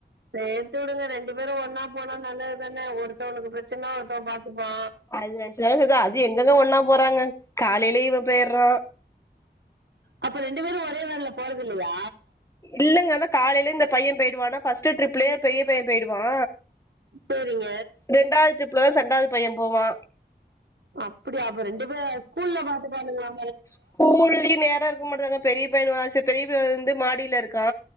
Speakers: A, on the right (about 80°); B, on the left (about 15°).
A: சேத்துடுங்க ரெண்டு பேரு ஒன்னா போனா நல்லது தான ஒருத்தவனுக்கு பிரச்சன்னா ஒருத்தவ பாத்துப்பா
B: அது நெனச்சி தா விட்ருக்க அது எங்கங்க ஒன்னா போறாங்க காலைலே இவ போயர்றா
A: அப்ப ரெண்டு பேரு ஒரே வேன்ல போறதில்லயா
B: இல்லங்க அதா காலைலே இந்த பைய போய்டுவானா ஃபஸ்ட்டு ட்ரிப்லே பெரிய பைய போய்டுவா
A: சேரிங்க
B: ரெண்டாவ்து ட்ரிப்லதா செண்டாவ்து பைய போவா
A: அப்டியா அப்ப ரெண்டு பேர ஸ்கூல்ல பாத்துப்பானுகளா
B: ஸ்கூல்லி நேரோ இருக்க மாட்டுங்குதே பெரிய பைய வேற கிளாஸு பெரிய பைய வந்து மா டில இருக்கா